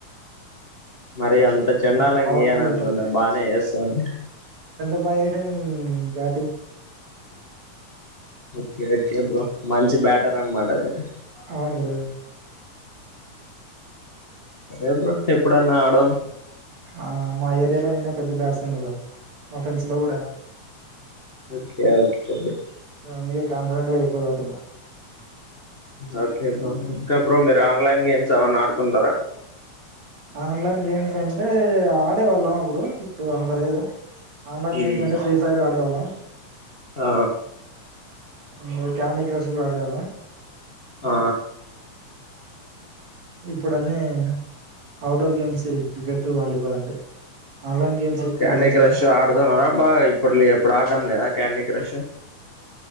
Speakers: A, on the left; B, on the right.
A: మరి అంత చెండాలంగా
B: మంచి పవర్ఫుల్
A: వేయననుకున్న
B: గిట్టర్
A: బానే వేస్తాను
B: వైరింగ్ భ
A: ఓకే ఓకే బ్రో మంచి బ్యాటర్ అన్నమాట మీరు
B: అవును బ్రో
A: సరే బ్రో ఎప్పుడన్నా ఆడదాం
B: ఆ మాయత్ మీలో నేనే పెద్ద బాట్స్మన్ బ్రో మా ఫ్రెండ్స్ లో కూడ
A: ఓకే ఓకే బ్రో
B: సో అందుకే కాన్ఫిడెంట్ గా చెప్పి పోతున్నా
A: ఓకే బ్రో ఇంకా బ్రో మీరు ఆన్లైన్ గేమ్స్ ఎమన్నా ఆడుతుంటరా
B: ఆన్లైన్ గేమ్స్ అంటే ఆడేవాళ్ళం అప్పుడు ఇప్పుడు అంత లేేదు ఆన్‌లైన్
A: మ్మ్.
B: గేమ్స్ అంటే ఫ్రీ ఫైర్ ఆడేవాళ్లం
A: ఆ
B: ఇ క్యాండీ క్రష్ కూడా ఆడేవాళ్లం
A: ఆ
B: ఇప్పుడు అన్నీ outdoor games cricket volleyball అంతే ఆన్లైన్ గేమ్స్ ఎక్కువ
A: క్యాండీ
B: ప్రిఫర్ చేయం
A: క్రష్ ఆడుతున్నరా బాగా ఇప్పుడు ఇప్పుడు ఆడడం లేదా క్యాండీ క్రష్